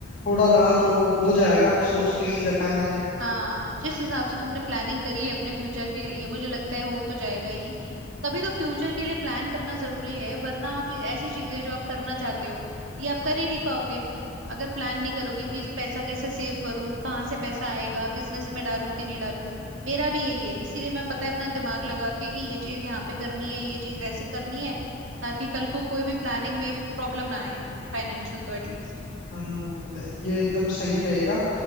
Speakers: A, on the left; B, on the right.
A: थोड़ा रहा तो हो जाएगा सोच तो यही रखा है मैंने
B: हाँ जिस हिसाब से तुमने प्लानिंग करी है अपने फ्यूचर के लिए मुझे लगता है हो तो जाएगा ही तभी तो फ्यूचर के लिए प्लान करना जरूरी है वरना आप ऐसी चीजें जो आप करना चाहते हो ये आप कर ही नहीं पाओगे अगर प्लान नहीं करोगे कि इस पैसा कैसे सेव करूं कहाँ से पैसा आएगा बिजनेस में डालूं कि नहीं डालूं मेरा भी यही है इसीलिए मैं पता है अपना दिमाग लगा के कि ये चीज यहाँ पे करनी है ये चीज ऐसे करनी है ताकि कल को कोई भी प्लानिंग में प्रॉब्लम ना आए फाइनेंशियल तो एटलीस्ट
A: हम्म ये एकदम सही रहेगा